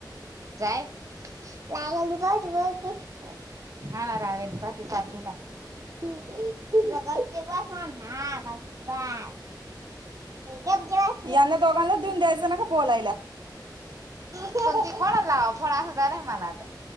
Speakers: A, on the right (about 45°); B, on the right (about 85°).
A: जाय. रागने पाहाणार ती, हा ना पाहती सालकिन तुला गपचीप बस म्हणलं, हा गपचीप बस. गपच
B: यांना दोघांनाच देऊन द्यायचं ना गं बोलायला.
A: पण ते कोनाला लावाव फोन असं झालंय मला आता.